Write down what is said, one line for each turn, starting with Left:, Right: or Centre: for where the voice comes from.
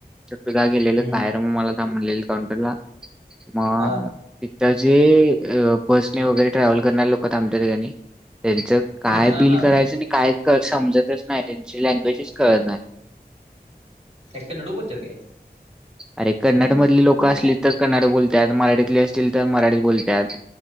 Centre: छोटूदा गेलेले
Right: हम्म
Centre: बाहेर. मग मला थांब म्हणलेले काउंटरला. म
Right: अ
Centre: तिथंच जे बसने वगैरे ट्रॅव्हल करणारे लोकं थांबतात की नही, त्यांचं काय
Right: हा
Centre: बिल
Right: हा
Centre: करायचं नी काय समजतच नाही. त्यांची लँग्वेजच कळत नाही.
Right: काय कन्नडू बोलत्यात काय?
Centre: अरे कन्नड मधली लोक असले तर कन्नड बोलतात. मराठीतले असतील तर मराठी बोलतात.